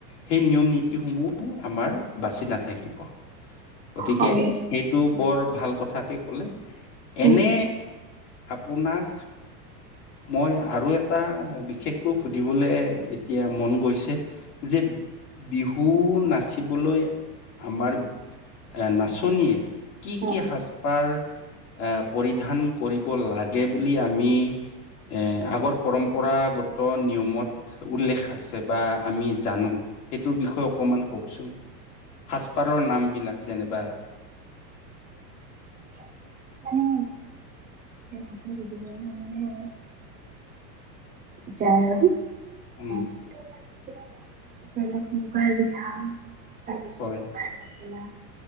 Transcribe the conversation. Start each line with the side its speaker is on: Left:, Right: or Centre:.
Left: সেই নিয়ম নীতি সমূহ আমাৰ বাচি নাথাকিব। গতিকে
Right: হয়
Left: সেইটো বৰ ভাল কথাকে কলে এনে।
Right: উম
Left: আপোনাক মই আৰু এটা বিশেষকৈ সুধিবলৈ এতিয়া মন গৈছে যে বিহু নাচিবলৈ আমাৰ এ নাচনীয়ে কি-
Right: উম
Left: কি সাজপাৰ এ পৰিধান কৰিব লাগে বুলি আমি এ আগৰ পৰম্পৰাগত নিয়মত উল্লেখ আছে বা আমি জানো সেইটোৰ বিষয়ে অকমান কওকচোন? সাজপাৰৰ নামবিলাক যেনবা
Right: আচ্ছা মানে <unintelligible> ন মানে আৰু যায়
Left: উম
Right: কিন্তু মই মনত আছে ধৰি লওক মুগাৰ ৰিহা তাৰপিছত
Left: হয়
Right: মুগাৰ মেখেলা